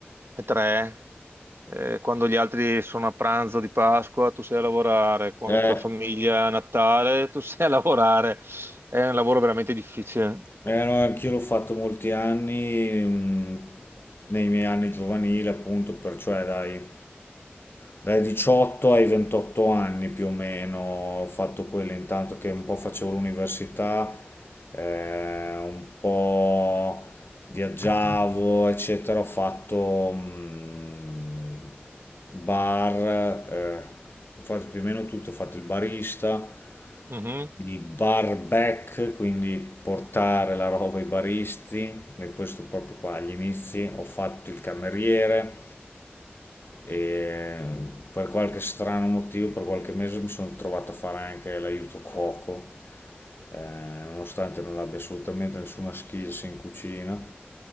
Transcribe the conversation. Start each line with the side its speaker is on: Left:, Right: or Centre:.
Right: le tre. Eh, quando gli altri sono a pranzo di Pasqua, tu sei a lavorare. Quando
Left: Eh,
Right: tua famiglia è a Natale, tu sei a lavorare. È un lavoro veramente difficile.
Left: Eh, no, anch'io l'ho fatto molti anni, mh, nei miei anni giovanili, appunto, per, cioè dai, dai 18 ai 28 anni più o meno, ho fatto quello intanto che un po' facevo l'università, eh, un po' viaggiavo, eccetera, ho fatto mh, bar, eh, ho fatto più o meno tutto, ho fatto il barista
Right: Mhm.
Left: il bar back, quindi portare la roba ai baristi, e questo proprio qua agli inizi, ho fatto il cameriere e per qualche strano motivo, per qualche mese mi sono trovato a fare anche l'aiuto cuoco, eh, nonostante non abbia assolutamente nessuna skills in cucina.